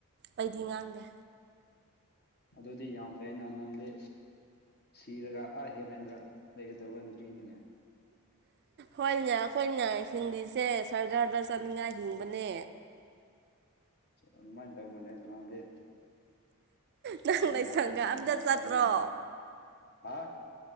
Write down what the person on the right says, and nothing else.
ꯑꯩꯗꯤ ꯉꯥꯡꯗꯦ
ꯍꯣꯏꯅꯦ ꯑꯩꯈꯣꯏꯅ ꯍꯤꯡꯂꯤꯁꯦ ꯁꯔꯒꯥꯗ ꯆꯠꯅꯤꯡꯉꯥꯏ ꯍꯤꯡꯕꯅꯦ
ꯅꯪ ꯂꯥꯏꯁꯪꯒ
ꯑꯝꯇ
ꯆꯠꯇ꯭ꯔꯣ